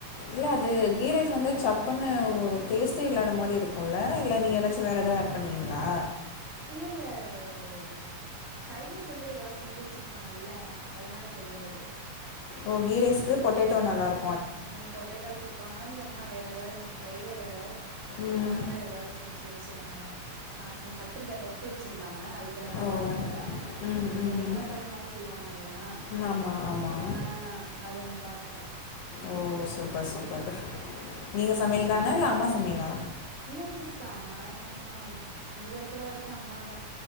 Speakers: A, on the left; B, on the right.
A: இல்ல அது கீ ரைஸ் வந்து சப் ப்புனு ஒரு டேஸ்ட்டே இல்லாத மாரி இருக்கும்ல இல்ல நீங்க ஏதாச்சும் வேறு ஏதா ஆட் பண்ணுவீங்களா
B: இல்ல இல்ல அ சைடிஸ் வந்து ஏதாது செஞ்சு வச்சிருப்பாங்கல்ல அதனால தெரியாது
A: ஓ கீ ரைஸ்கு பொட்டடோ நல்லாயிரு
B: அ பொட்டடோ வச்சிருப்பாங்க இல்லன்னா வேறதா இன்னைக்கு ஃப்ரைடே வேற
A: ம்
B: அதனால ஏதாது செஞ்சு வச்சிந்தாங்க சாப்ட்டேன் கத்திரிக்கா தொக் கு வச்சிருந்தாங்க அது கொஞ்ச நல்லா
A: ஓ
B: இருக்கும்
A: ம்
B: அந்த
A: ம்
B: எண்ணெக்காய் மாரி செய்வாங்க இல்லயா
A: ஆமாம் ஆமாம்
B: ஆ அது நல்லா இருக்கும்
A: ஓ சூப்பர் சூப்பர் நீங்க சமையல் தானா இல்ல அம்மா சமையலா
B: இல்லங்க சிஸ்டர் அம்மாதா சமைப்பாங்க இங்கருக்குற வரைக்கும் அம்மா தா